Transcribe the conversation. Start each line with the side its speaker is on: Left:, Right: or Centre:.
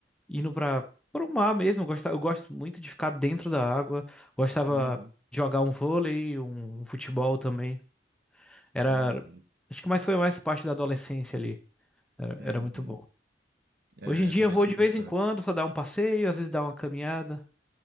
Centre: indo para o mar mesmo. Eu gosto, eu gosto muito de ficar dentro da água. Gostava
Right: Uhum,
Centre: de jogar um vôlei, um um futebol também. Era.
Right: uhum,
Centre: Acho que mais foi mais parte da adolescência ali. Era,
Right: uhum.
Centre: era muito bom.
Right: É,
Centre: Hoje em dia
Right: eu também
Centre: eu vou
Right: tive
Centre: de vez
Right: isso.
Centre: em quando, só dar um passeio, às vezes dar uma caminhada.